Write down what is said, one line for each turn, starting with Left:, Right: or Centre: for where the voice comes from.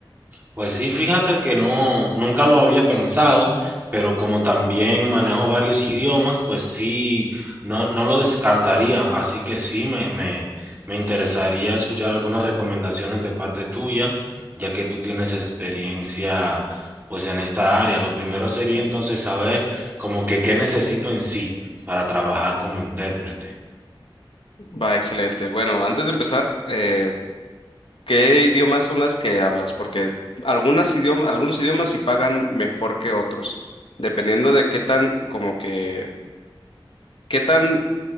Right: Pues sí, fíjate que no, nunca lo había pensado, pero como también manejo varios idiomas, pues sí, no, no lo descartaría. Así que sí, me, me, me interesaría escuchar algunas recomendaciones de parte tuya, ya que tú tienes experiencia pues en esta área. Lo primero sería entonces saber como que qué necesito en sí para trabajar como intérprete.
Left: Va, excelente. Bueno, antes de empezar, eh, ¿qué idiomas son las que hablas? Porque algunas idioma, algunos idiomas sí pagan mejor que otros, dependiendo de qué tan, como que, qué tan